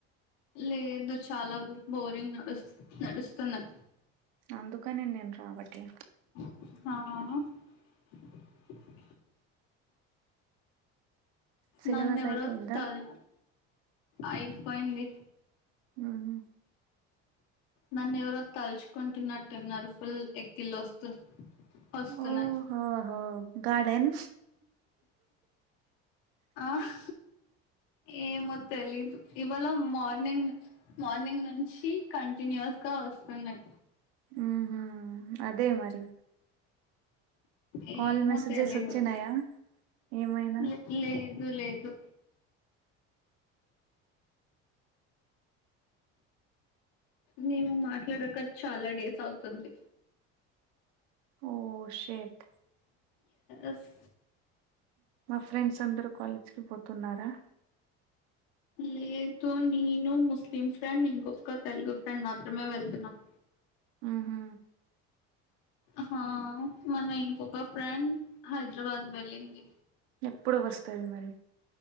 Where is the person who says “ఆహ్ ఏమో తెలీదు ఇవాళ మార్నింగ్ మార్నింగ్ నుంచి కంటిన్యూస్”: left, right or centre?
Left